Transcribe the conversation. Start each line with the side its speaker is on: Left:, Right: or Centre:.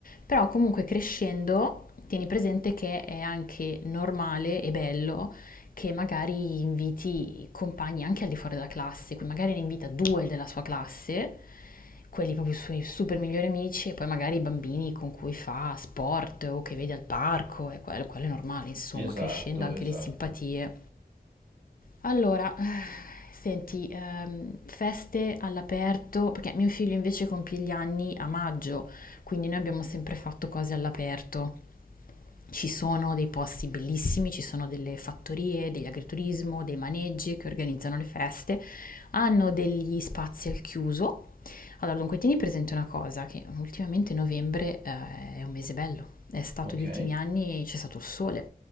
Left: però comunque crescendo tieni presente che è anche normale e bello che magari inviti compagni anche al di fuori della classe, quindi magari ne invita due della sua classe, quelli proprio i suoi super migliori amici, e poi magari i bambini con cui fa sport o che vede al parco, e quello, quello è normale, insomma,
Right: Esatto,
Left: crescendo anche
Right: esatto.
Left: le simpatie. Allora, senti, ehm, feste all'aperto, perché mio figlio invece compie gli anni a maggio, quindi noi abbiamo sempre fatto cose all'aperto. Ci sono dei posti bellissimi, ci sono delle fattorie, degli agriturismo, dei maneggi che organizzano le feste, hanno degli spazi al chiuso. Allora, dunque, tieni presente una cosa, che ultimamente novembre eh, è un mese bello, è stato
Right: Ok.
Left: gli ultimi anni, c'è stato il sole,